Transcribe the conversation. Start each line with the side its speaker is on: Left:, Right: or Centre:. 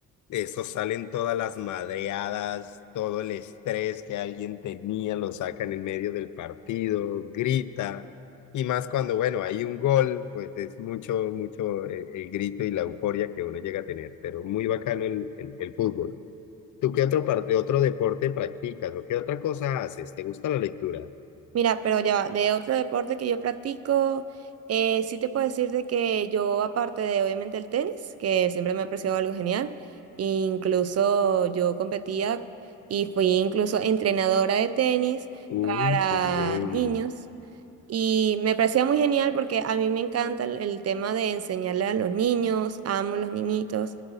Left: eso salen todas las madreadas, todo el estrés que alguien tenía, lo sacan en medio del partido, grita, y más cuando, bueno, hay un gol, pues es mucho, mucho eh, el, grito y la euforia que uno llega a tener, pero muy bacano el, el el fútbol. ¿Tú qué otro, par- de otro deporte practicas o qué otra cosa haces? ¿Te gusta la lectura?
Right: Mira, pero ya va, de otro deporte que yo practico, eh, sí te puedo decir de que yo, aparte de obviamente el tenis, que siempre me ha parecido algo genial, incluso yo competía y fui incluso entrenadora de tenis
Left: Uy,
Right: para
Left: qué bien.
Right: niños. Y me parecía muy genial porque a mí me encanta el, el tema de enseñarle a los niños, amo los niñitos,